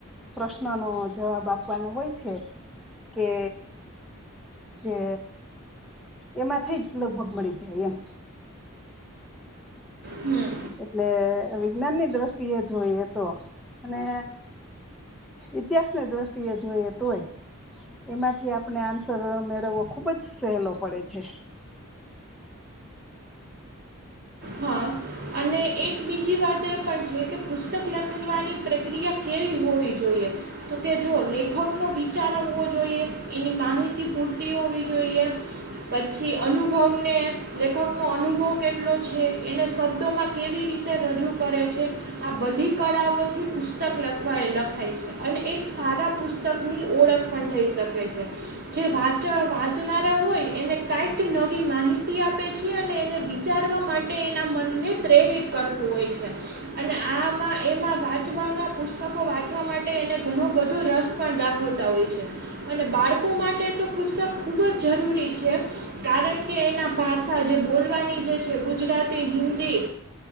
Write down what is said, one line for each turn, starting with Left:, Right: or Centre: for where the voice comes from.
Centre: પ્રશ્નોનોો જવાબ આપવાનો હોય છે કે જે એમાં થઈ જ લભગ મળી જાય એમ
Right: હમ
Centre: એટલે વિજ્ઞાનની દ્રષ્ટિએ જોઈએ તો અને ઇતિહાસની દ્રષ્ટિએ જોઈએ તોય એમાંથી આપણે આન્સર મેળવવો ખૂબ જ સહેલો પડે છે
Right: હા અને એક બીજી વાત એ પણ છે કે પુસ્તક લખવાની પ્રક્રિયા કેવી હોવી જોઈએ તો કે જો લેખકનો વિચાર આવવો જોઈએ એની માહિતી પૂરતી હોવી જોઈએ પછી અનુભવને લેખકનો અનુભવ કેટલો છે એને શબ્દોમાં કેવી રીતે રજૂ કરે છે આ બધી કળાઓથી પુસ્તક લખવા લખાય છે અને એક સારા પુસ્તકની ઓળખ પણ થઈ શકે છે જે વાચ વાંચનારા હોય એને કાંઈક નવી માહિતી આપે છે અને એને વિચાર માટે એના મનને પ્રેરિત કરતું હોય છે અને આમાં એમાં વાંચવાના પુસ્તકો વાંચવા માટે એને ઘણો બધો રસ પણ દાખવતા હોય છે અને બાળકો માટે તો પુસ્તક ખૂબ જ જરૂરી છે કારણ કે એના ભાષા જે બોલવાની જે ગુજરાતી હિન્દી